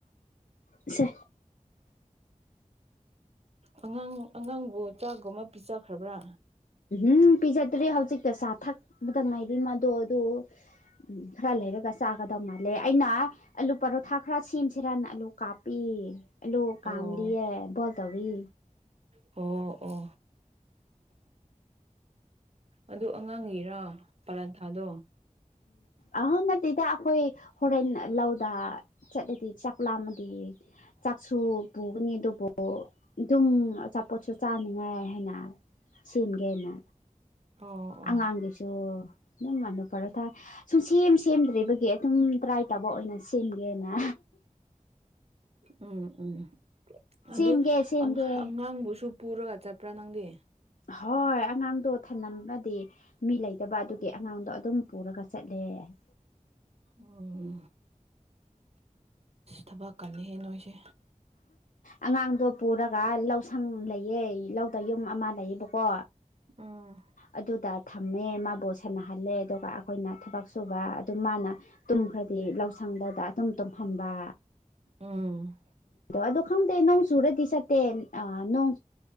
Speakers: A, on the left; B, on the right.
A: ꯁꯦ
B: ꯑꯉꯥꯡ ꯑꯉꯥꯡꯕꯨ ꯆꯥꯒꯨꯝꯕ ꯄꯤꯖꯈ꯭ꯔꯕ꯭ꯔꯥ
A: ꯎꯝ ꯄꯤꯖꯗ꯭ꯔꯦ ꯍꯧꯖꯤꯛꯇ ꯆꯥ ꯊꯛꯄꯗ ꯉꯥꯏꯔꯤ ꯃꯗꯣ ꯑꯗꯨ ꯎꯝ ꯈꯔ ꯂꯩꯔꯒ ꯆꯥꯒꯗꯧ ꯃꯥꯜꯂꯦ ꯑꯩꯅ ꯑꯂꯨ ꯄꯔꯣꯊꯥ ꯈꯔ ꯁꯦꯝꯁꯤꯔ ꯑꯂꯨ ꯀꯥꯞ ꯄꯦ ꯑꯂꯨ ꯀꯝꯂꯤꯌꯦ
B: ꯑꯣ
A: ꯕꯣꯜ ꯇꯧꯔꯤ
B: ꯑꯣ ꯑꯣ ꯑꯗꯨ ꯑꯉꯥꯡꯉꯤꯔꯥ ꯄꯥꯔꯊꯗꯣ
A: ꯑꯍ ꯅꯠꯇꯦꯗ ꯑꯩꯈꯣꯏ ꯍꯣꯔꯦꯟ ꯂꯧꯗ ꯆꯠꯂꯗꯤ ꯆꯥꯛ ꯂꯥꯝꯃꯗꯤ ꯆꯥꯛꯁꯨ ꯄꯨꯒꯅꯤ ꯑꯗꯨꯕꯨ ꯑꯗꯨꯝ ꯑꯆꯥꯄꯣꯠꯁꯨ ꯆꯥꯅꯤꯡꯉꯥꯏ ꯍꯥꯏꯅ ꯁꯦꯝꯒꯦꯅ
B: ꯑꯣ ꯑꯣ
A: ꯑꯉꯥꯡꯒꯤꯁꯨ ꯑꯗꯨꯝ ꯑꯂꯨ ꯄꯔꯣꯊꯥ ꯁꯨꯝ ꯁꯦꯝ ꯁꯦꯝꯗ꯭ꯔꯤꯕꯒꯤ ꯑꯗꯨꯝ ꯇ꯭ꯔꯥꯏ ꯇꯧꯕ ꯑꯣꯏꯅ ꯁꯤꯝꯒꯦꯅ
B: ꯎꯝ ꯎꯝ ꯑꯗꯨ
A: ꯁꯦꯝꯒꯦ ꯁꯦꯝꯒꯦ
B: ꯑꯉꯥꯡꯕꯨꯁꯨ ꯄꯨꯔꯒ ꯆꯠꯄꯔꯥ ꯅꯪꯗꯤ
A: ꯍꯣꯏ ꯑꯉꯥꯡꯗꯣ ꯊꯃꯗꯤ ꯃꯤ ꯂꯩꯇꯕ ꯑꯗꯨꯒꯤ ꯑꯉꯥꯡꯗꯣ ꯑꯗꯨꯝ ꯄꯨꯔꯒ ꯆꯠꯂꯦ <inaudible>
B: ꯎꯝ ꯊꯕꯛ ꯀꯅꯤꯍꯦ ꯅꯣꯏꯁꯦ
A: ꯑꯉꯥꯡꯗꯣ ꯄꯨꯔꯒ ꯂꯧꯁꯪ ꯂꯩꯌꯦ ꯂꯧꯗ ꯌꯨꯝ ꯑꯃ ꯂꯩꯌꯦꯕꯀꯣ
B: ꯎꯝ
A: ꯑꯗꯨꯗ ꯊꯝꯃꯦ ꯃꯥꯕꯨ ꯁꯥꯟꯅꯍꯜꯂꯦ ꯑꯗꯨꯒ ꯑꯩꯈꯣꯏꯅ ꯊꯕꯛ ꯁꯨꯕ ꯑꯗꯨꯝ ꯃꯥꯅ ꯇꯨꯝ ꯈꯔꯗꯤ ꯂꯧꯁꯪꯗꯗ ꯇꯨꯝ ꯇꯨꯝꯍꯟꯕ
B: ꯎꯝ
A: ꯑꯗꯨ ꯈꯪꯗꯦ ꯅꯧ ꯆꯨꯔꯗꯤ ꯆꯠꯇꯦ ꯅꯣꯡ